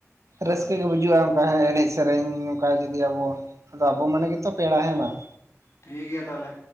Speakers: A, on the left (about 65°); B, on the right (about 75°).
A: ᱦᱮᱸ
B: ᱨᱟᱹᱥᱠᱟᱹ ᱜᱮ ᱵᱩᱡᱩᱟ ᱚᱝᱠᱟ ᱮᱱᱮᱡ ᱥᱮᱨᱮᱧ᱾ ᱠᱟ ᱡᱩᱫᱤ ᱟᱵᱚ ᱟᱫᱚ, ᱟᱵᱚ ᱢᱟᱱᱮ ᱜᱮᱛᱚ ᱯᱮᱲᱟ ᱦᱮᱸ ᱵᱟᱝ᱾
A: ᱴᱷᱤᱠ ᱜᱮᱭᱟ ᱛᱟᱦᱞᱮ᱾